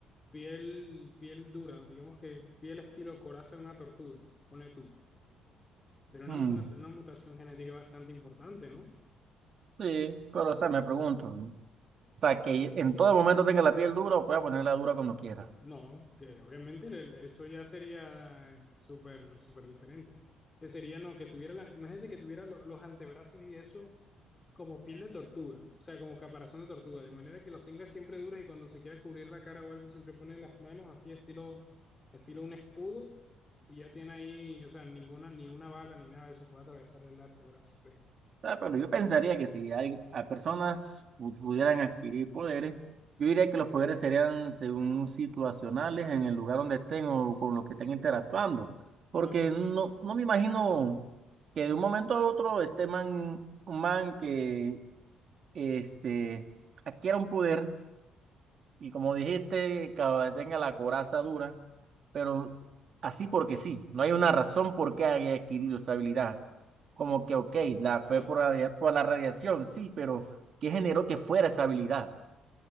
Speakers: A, on the left (about 25°); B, on the right (about 50°).
A: piel, piel dura, digamos que piel estilo coraza de una tortuga, pone tú. Sería una,
B: Mm,
A: una, una mutación genética bastante importante, ¿no?
B: sí, pero o sea, me pregunto. ¿no? O sea, que en todo momento tenga la piel dura o pueda ponerla dura cuando quiera.
A: No, que obviamente el- eso ya sería súper, súper diferente. Que sería, no, que tuviera la, imagínate que tuviera lo- los antebrazos y eso como piel de tortuga, o sea, como caparazón de tortuga, de manera que los tenga siempre duros y cuando se quiera cubrir la cara o algo, siempre pone las manos así, estilo, estilo un escudo, y ya tiene ahí, o sea, ninguna, ni una bala ni nada de eso puede atravesar el antebrazo, por ejemplo.
B: Ah, pero yo pensaría que si hay, a personas pu- pudieran adquirir poderes, yo diría que los poderes serían según situacionales en el lugar donde estén o con los que estén interactuando.
A: ¿Cómo
B: Porque
A: así?
B: no, no me imagino que de un momento a otro este man, un man que este, adquiera un poder. Y como dijiste, que tenga la coraza dura, pero así porque sí, no hay una razón por qué haya adquirido esa habilidad. Como que, ok,
A: O
B: la
A: sea,
B: fue por, radia- por la radiación, sí, pero ¿qué generó que fuera esa habilidad?